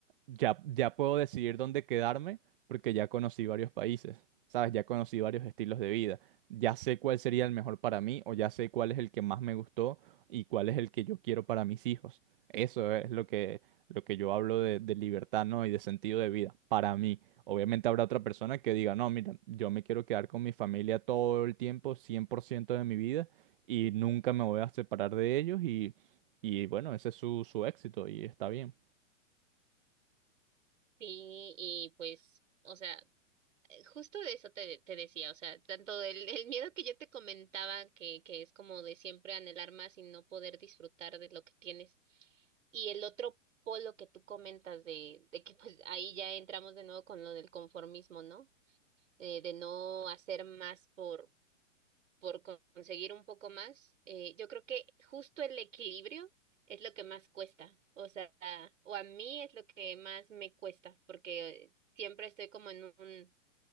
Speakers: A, on the right (about 45°); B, on the right (about 70°).
A: ya, ya puedo decidir dónde quedarme porque ya conocí varios países, ¿sabes? Ya conocí varios estilos de vida. Ya sé cuál sería el mejor para mí o ya sé cuál es el que más me gustó y cuál es el que yo quiero para mis hijos. Eso es lo que, lo que yo hablo de, de libertad, ¿no? Y de sentido de vida para mí. Obviamente habrá otra persona que diga, no, mira, yo me quiero quedar con mi familia todo el tiempo, 100% de mi vida y nunca me voy a separar de ellos y, y bueno, ese es su, su éxito y está bien.
B: Sí, y pues, o sea, Justo de eso te, te decía, o sea, tanto el, el miedo que yo te comentaba, que, que es como de siempre anhelar más y no poder disfrutar de lo que tienes, y el otro polo que tú comentas de, de que pues ahí ya entramos de nuevo con lo del conformismo, ¿no? Eh, de no hacer más por, por con- conseguir un poco más. Eh, yo creo que justo el equilibrio es lo que más cuesta, o sea, o a mí es lo que más me cuesta, porque eh, siempre estoy como en un